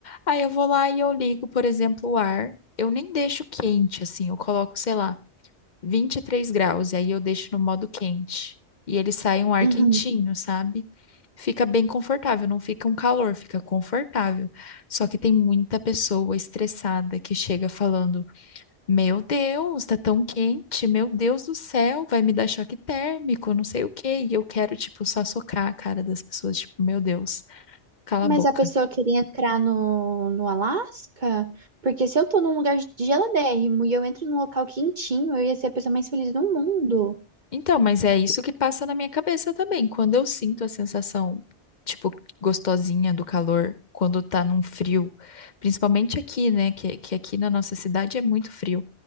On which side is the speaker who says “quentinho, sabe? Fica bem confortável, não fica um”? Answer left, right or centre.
Left